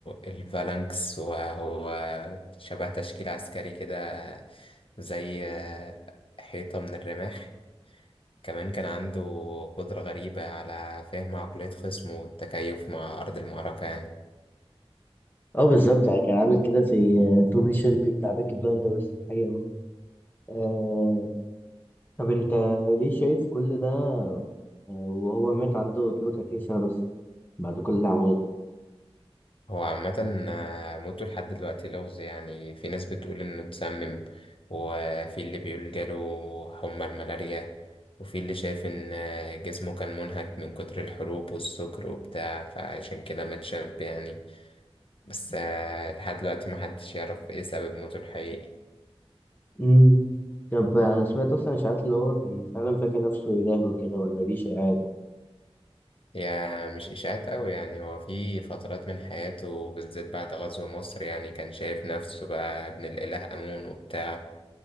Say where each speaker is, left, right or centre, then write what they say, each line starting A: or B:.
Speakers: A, on the left (about 60°); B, on the left (about 20°).
A: الفالانكس وهو شبه تشكيل عسكري كده زي حيطه من الرماح كمان كان عنده قدره غريبه على فهم عقليه خصمه والتكيف مع ارض المعركه يعني
B: اه بالظبط يعني كان عامل كده زي آه، توبي شيلبي بتاع بيكي بلاندر بس في الحقيقة بقى. آه طب أنت ليه شايف كل ده آه، وهو مات عنده 32 سنة بس بعد كل اللي عمله ده؟
A: هو عامة آه، موته لحد دلوقتي لغز يعني في ناس بتقول إنه اتسمم وفي اللي بيقول جاله حمى الملاريا وفي اللي شايف إن آه، جسمه كان منهك من كتر الحروب والسكر وبتاع فعشان كده مات شاب يعني بس آه، لحد دلوقتي محدش يعرف إيه سبب موته الحقيقي
B: مم. طب أنا سمعت أصلا إشاعات اللي هو كان فعلا فاكر نفسه إله وكده ولا دي شائعات؟
A: هي مش إشاعات أوي يعني هو في فترات من حياته بالذات بعد غزو مصر يعني كان شايف نفسه بقى ابن الإله آمون وبتاع